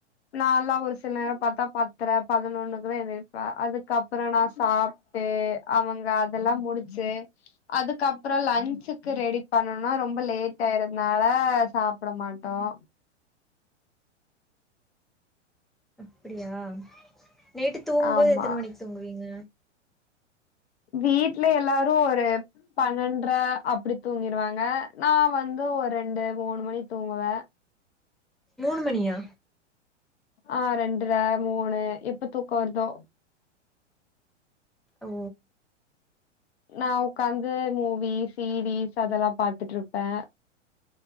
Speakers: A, on the left; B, in the centre.
A: நாலான் ஒரு சில நேரம் பாத்தா பத்தற பதினொன்னுக்குதான் எந்திரிப்பன் அதுக்கப்றோ நா சாப்ட்டு அவுங்க அதெல்லா முடிச்சு அதுக்கப்றோ லன்ச்சுக்கு ரெடி பண்ணனுனா ரொம்ப லேட்டாயிருதுனால சாப்ட மாட்டோம்
B: அப்பிடியா நைட்டு தூங்கும்போது
A: ஆமா
B: எத்தன மணிக்கி தூங்குவீங்க
A: வீட்ல எல்லாரு ஒரு பன்னெண்ட்ர அப்பிடி தூங்கிருவாங்க நா வந்து ஒரு ரெண்டு மூணு மணிக் தூங்குவே
B: மூணு மணியா
A: ஆ ரெண்ட்ர மூணு எப்ப தூக்கோ வர்தோ
B: ஓ
A: நா உக்காந்து மூவி, சீரீஸ் அதெல்லா பாத்துட்ருப்பே